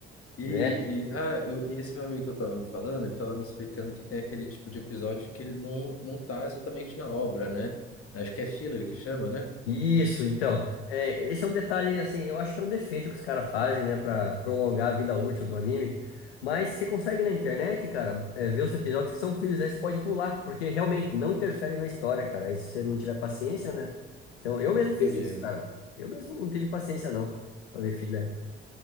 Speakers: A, on the left (about 45°); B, on the left (about 80°).
A: E,
B: né?
A: e, ah, eu, e esse meu amigo que eu tava me falando, ele tava me explicando que tem aquele tipo de episódio que ele não, não tá exatamente na obra, né? Acho que é filler que chama, né?
B: Isso, então. É, esse é um detalhe, assim, eu acho que é um defeito que os caras fazem, né, Pra prolongar a vida útil do anime. Mas você consegue na internet, cara, é, ver os episódios que são filhos, aí você pode pular, porque realmente não interfere na história, cara. Aí se você não tiver paciência, né? Então, eu mesmo
A: Entendi.
B: fiz isso, cara. Eu mesmo não tive paciência, não, pra ver filha.